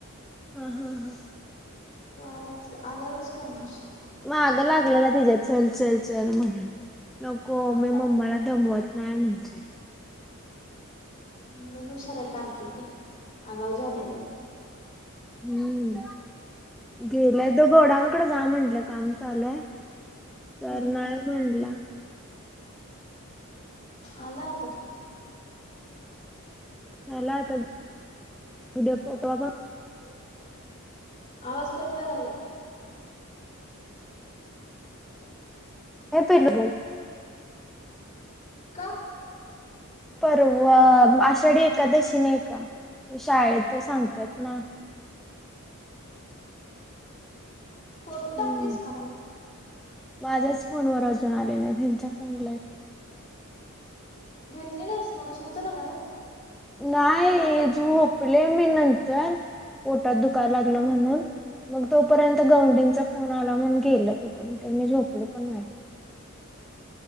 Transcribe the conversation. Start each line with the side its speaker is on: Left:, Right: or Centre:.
Centre: हा हा हा.
Left: तो आला आल्यावरच कर नाश्ता.
Centre: माग लागलेला तिच्या चल चल चल म्हणून. नको मी
Left: आला
Centre: मम्माला दमवत नाय म्हणतोय.
Left: लई हुशारे कार्टी ती. आगाव झाल्या लई.
Centre: हम्म गेलाय तो गोडाउन जा म्हंणलं. काम चालूये तर
Left: हम्म
Centre: नाही म्हणला.
Left: आला आता खाली.
Centre: झाला तर उद्या पाॅपकाॅन.
Left: आवाज कट व्हाय लागलाय.
Centre: ये पिल्लु
Left: का?
Centre: परवा आषाढी एकादशी नाही का शाळेत सांगतात ना.
Left: फोटो
Centre: हम्म
Left: टाकलीस का मला?
Centre: माझ्याच फोनवर अजून आले नाही ह्यांच्या फोनला ही.
Left: घेतलेस मगाशी होत ना घरात.
Centre: नाही झोपले मी नंतर पोटात दुकायला लागल
Left: हम्म
Centre: म्हणून. मग तोपर्यंत गवंड्याचा
Left: हम्म
Centre: फोन आला म्हणून गेलं उठून त्यांनी झोपलं पण नाहीत.